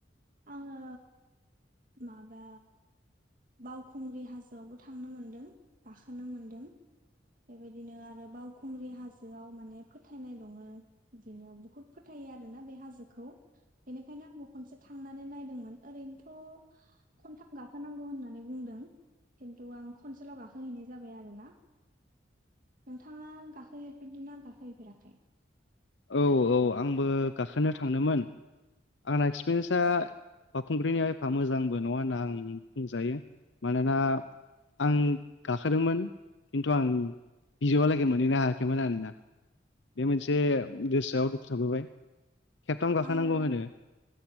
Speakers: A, on the right (about 50°); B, on the left (about 75°).
A: आङो माबा बावखुंग्रि हाजोआवबो थांनो मोनदों गाखोनो मोनदों बेबायदिनो आरो बावखुंग्रि हाजोआव माने फोथायनाय दङो बिदिनो बुहुत फोथाय थायो आरोना बे हाजोखौ बेनिखायनो आंबो खनसे थांनानै नायदोंमोन ओरैनोथ' खनथाम गाखोनांगौ होन नानै बुंदों खिन्थु आं खनसेल' गाखो हैैनाय जाबाय आरोना नोंथाङा गाखोहैफेरदोंना गाखोहैफेराखै?
B: औ औ आंबो गाखोनो थांदोंमोन आंना एक्सपिरियेन्सा बावखुंग्रिनि एफा मोजांबो नङा होनना आं बुंजायो मानोना आं गाखोदोंमोन खिन्थु आं बिजौहालागै मोनहैनो हायाखैमोन आरोना बे मोनसे गोसोआव दुखु थाबोबाय खेबथाम गाखोनांगौ
A: आङो
B: होनो